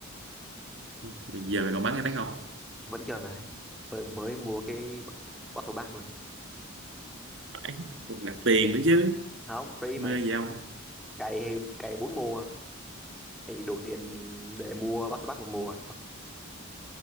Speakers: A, on the right; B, in the centre.
A: bây giờ mày còn bán hay bán không
B: vẫn chơi mà mới, mới mua cái Battle Pass luôn
A: phải cũng nạp tiền nữa chứ
B: không free
A: mê
B: mà anh
A: gì không
B: cày thì- cày bốn mùa thì đủ tiền để mua Battle Pass một mùa